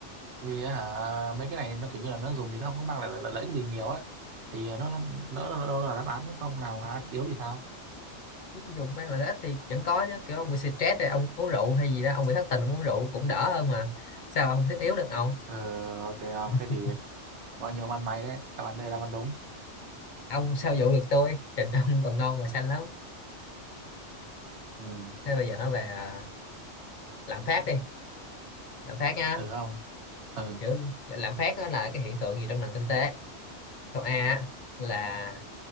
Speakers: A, on the right; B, on the left.
A: vì hả, mấy cái này nó kiểu như là nó dùng thì nó không có mang lại lợi, lợi, lợi ích gì nhiều á. Thì nó là- lỡ nó đâu là đáp án không là hàng hóa thiết yếu thì sao?
B: dùng bán lợi ích thì vẫn có chứ kiểu ông bị stress thì ông uống rượu hay gì đó ông bị thất tình ông uống rượu cũng đỡ hơn mà sao mà không thiết yếu được ông
A: Ờ ok không?
B: <laughs>
A: Thế thì bao nhiêu ăn mày đấy. Đáp án D là đáp án đúng.
B: ông sao dụ được tôi trình ông còn ngon và xanh lắm
A: Ừ.
B: thế bây giờ nói về à, lạm phát đi lạm phát nha
A: Ừ không? Ừ.
B: kiểu lạm phát đó là cái hiện tượng gì trong nền kinh tế câu A á, là